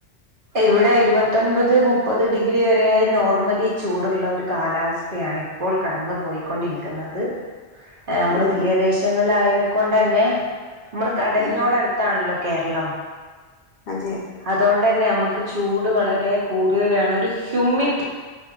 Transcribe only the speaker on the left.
ഉം
ഉം
അതെ